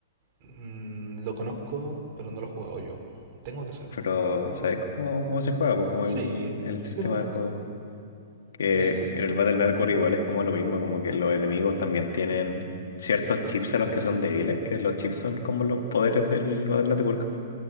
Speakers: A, on the right; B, on the left.
A: mm, lo conozco, pero no lo he jugado yo. Tengo que hacerlo.
B: pero ¿sabes cómo, cómo se juega? Pues como
A: Sí,
B: el, el
A: sí
B: sistema
A: lo conozco.
B: de juego. Que
A: Sí, eso sí
B: en
A: sé.
B: el Battle Network igual es como lo mismo, como que los enemigos también tienen ciertos chips a los que son débiles, que los chips son como los poderes del Battle Network.